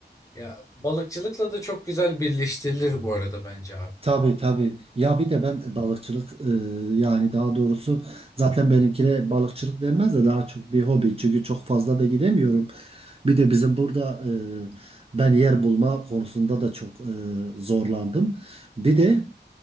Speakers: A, on the left (about 15°); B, on the right (about 35°).
A: ya balıkçılıkla da çok güzel birleştirilir bu arada bence abi.
B: Tabii tabii. Ya bir de ben balıkçılık e, yani daha doğrusu zaten benimkine balıkçılık denmez de daha çok bir hobi. Çünkü çok fazla da gidemiyorum. Bir de bizim burada e, ben yer bulma konusunda da çok e, zorlandım. Bir de